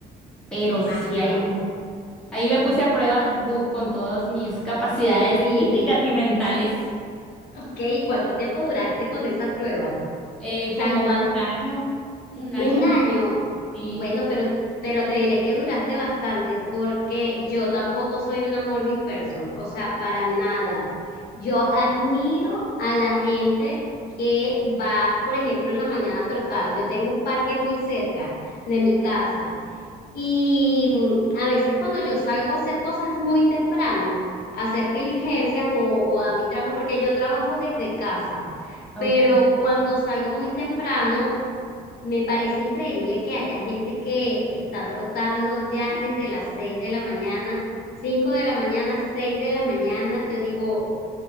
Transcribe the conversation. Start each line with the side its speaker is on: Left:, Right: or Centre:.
Centre: pero
Left: Me imagino.
Centre: sí ahí. Ahí me puse a prueba du- con todas mis capacidades
Left: Eh, Y,
Centre: <laughs> físicas y mentales,
Left: ok, ¿cuánto tiempo duraste con esa prueba?
Centre: eh, como
Left: O sea, cua-
Centre: un año, un
Left: un
Centre: año
Left: año.
Centre: más. Sí.
Left: Bueno, pero, pero te diré que duraste bastante porque yo tampoco soy una morning person, o sea, para nada. Yo admiro a la gente que va, por ejemplo, en la mañana a trotar. Yo tengo un parque muy cerca de mi casa Y mm, a veces cuando yo salgo a hacer cosas muy temprano, a hacer diligencias o, o a mi trabajo, porque yo trabajo desde casa,
Centre: Ok.
Left: pero cuando salgo muy temprano, me parece increíble que haya gente que está trotando ya desde las 6 de la mañana, 5 de la mañana, 6 de la mañana. Yo digo,